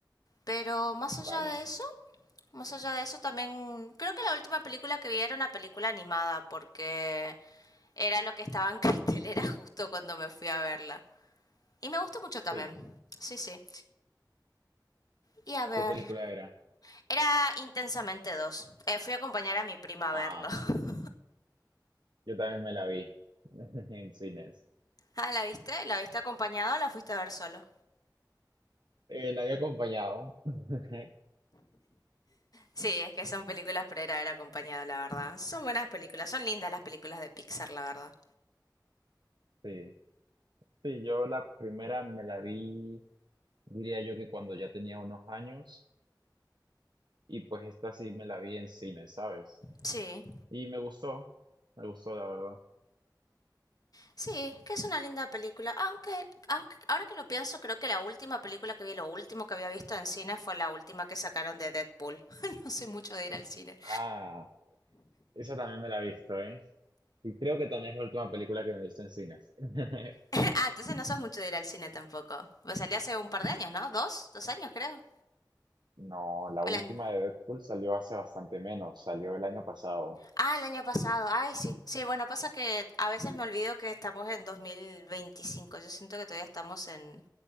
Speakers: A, on the left (about 55°); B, on the right (about 70°).
A: Pero más allá
B: Vale.
A: de eso, más allá de eso también creo que la última película que vi era una película animada porque era lo que estaba en <laughs> cartelera justo cuando me fui a verla. Y me gustó mucho
B: Sí.
A: también. Sí, sí. Y a ver,
B: ¿Qué película era?
A: Era intensamente dos. Eh, fui a acompañar a mi prima a
B: Ah,
A: verlo. <laughs>
B: yo también me la vi <laughs> en cines.
A: Ah, ¿la viste? ¿La viste acompañado o la fuiste a ver solo?
B: Eh, la había acompañado. <laughs>
A: Sí, es que son películas pero era ver acompañado, la verdad. Son buenas películas, son lindas las películas de Pixar, la verdad.
B: Sí. Sí, yo la primera me la vi, diría yo que cuando ya tenía unos años. Y pues esta sí me la vi en cine, ¿sabes?
A: Sí,
B: Y me gustó, me gustó la verdad.
A: sí, que es una linda película. Aunque, aunque- ahora que lo pienso, creo que la última película que vi, lo último que había visto en cine fue la última que sacaron de Deadpool. <laughs> no soy mucho de ir al cine.
B: Ah, esa también me la he visto, ¿eh? Y creo que también es la última película que me he visto en cines. <laughs>
A: <laughs> ah, entonces no sos mucho de ir al cine tampoco. Pues salí hace un par de años, ¿no? ¿Dos? ¿Dos años, creo?
B: No, la
A: Al
B: última
A: año.
B: de Deadpool salió hace bastante menos, salió el año pasado.
A: Ah, el año pasado. Ay, sí. Sí, bueno, pasa que a veces me olvido que estamos en 2025. Yo siento que todavía estamos en,